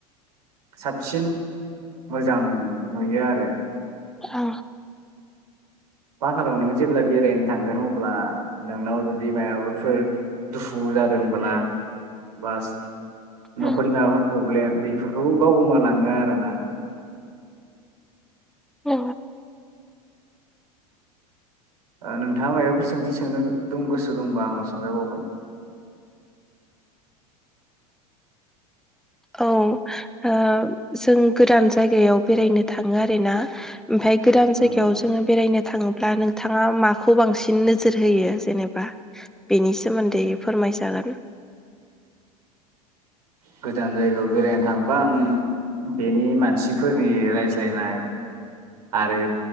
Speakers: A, on the right (about 75°); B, in the centre.
A: साबसिन मोजां नुयो आरो।
B: अ।
A: पाहाराव नों जेब्ला बेरायनो थांगोन अब्ला नोंनाव जुदि मायाफोर दुखु जादोंब्ला बास
B: औ
A: नखरनि माबाफोर प्रब्लेम। बेफोरखौबो बावगोमा लाङो आरोना।
B: औ।
A: ओ नोंथाङा माबाफोर सोंथि सोंनो दं गोसो दंबा आंनाव सोंजाबावगोन।
B: औ ओ जों गोदान जायगायाव बेरायनो थाङो आरोना ओमफ्राय गोदान
A: उम
B: जायगायाव जोङो बेरायनो थाङोब्ला नोंथाङा माखौ बांसिन नोजोर होयो जेनेबा बेनि सोमोन्दै फोरमायजागोन।
A: गोदान जायगायाव बेरायनो थाङोबा आं बेनि मानसिफोरनि रायज्लायनाय आरो